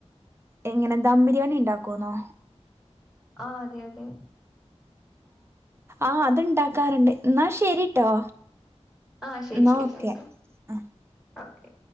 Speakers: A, on the right; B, in the centre.
A: എങ്ങനെ ദം ബിരിയാണി ഉണ്ടാക്കോന്നോ
B: ആ അതെ അതെ
A: ആഹ അത്ണ്ടാക്കാറുണ്ട് എന്നാ ശരിട്ടോ
B: ആഹ ശരി
A: എന്നാ
B: ശരി
A: ഓക്കെ
B: ശരി
A: ആ
B: ഓക്കെ